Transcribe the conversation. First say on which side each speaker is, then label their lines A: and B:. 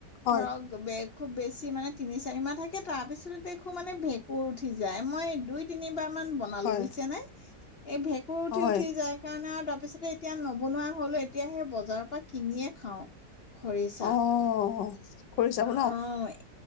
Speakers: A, on the left (about 75°); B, on the left (about 45°).
A: হয়
B: <unintelligible> বে খুব বেছি নহয় তিনি, চাৰিমাহ থাকে তাৰপিছতে দেখো মানে ভেঁকুৰ উঠি যায় মই এ দুই, তিনি বাৰ মান বনালো
A: হয়
B: বুইছেনে? এই ভেঁকুৰ উঠি,
A: হয়
B: উঠি যায় কাৰণে আৰু তা পিছতে এতিয়া নবনোৱা হ'লো, এতিয়া সেই বজাৰৰ পৰা কিনিয়ে খাওঁ। খৰিচা
A: অ', অ'। খৰিচা
B: অ',
A: <unintelligible>